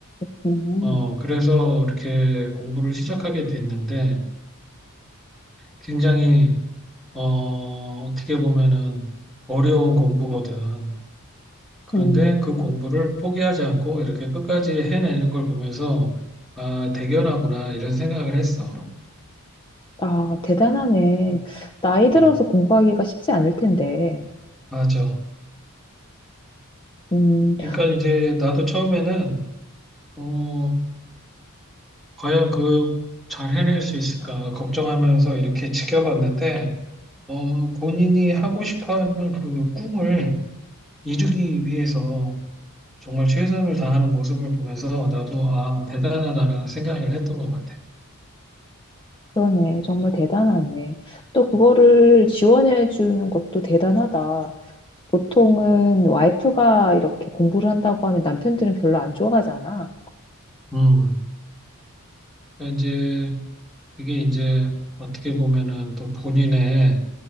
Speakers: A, on the left; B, in the centre.
A: 그렇구나.
B: 어, 그래서 이렇게 공부를 시작하게 됐는데 굉장히 어, 어떻게 보면은 어려운 공부거든. 그런데
A: 음,
B: 그
A: 음.
B: 공부를 포기하지 않고 이렇게 끝까지 해내는 걸 보면서 아, 대견하구나 이런 생각을 했어.
A: 아, 대단하네. 나이 들어서
B: 음,
A: 공부하기가 쉽지 않을 텐데.
B: 맞아.
A: 음,
B: 그러니까 이제 나도 처음에는 어, 과연 그 잘 해낼 수 있을까 걱정하면서 이렇게 지켜봤는데 어, 본인이 하고 싶어 하는 그 꿈을 이루기 위해서 정말 최선을 다하는 모습을 보면서 나도 아, 대단하다라는 생각을 했던 것 같아.
A: 그러네. 정말 대단하네. 또 그거를 지원해 주는 것도 대단하다. 보통은 와이프가 이렇게 공부를 한다고 하면 남편들은 별로 안 좋아하잖아.
B: 음. 그러니까 이제 그게 이제 어떻게 보면은 또 본인의